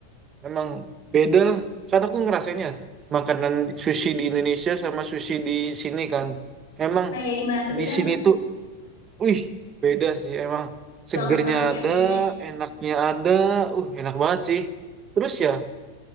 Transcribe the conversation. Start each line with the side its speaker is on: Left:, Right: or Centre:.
Right: Emang beda lah. Karena aku ngerasainnya makanan sushi di Indonesia sama sushi di sini kan. Emang
Left: Nah, ya gimana tuh beda
Right: di sini
Left: nggak?
Right: tuh, wih, beda sih. Emang segernya
Left: Banget banget ya
Right: ada,
Left: bedanya.
Right: enaknya ada. Uh, enak banget sih. Terus ya,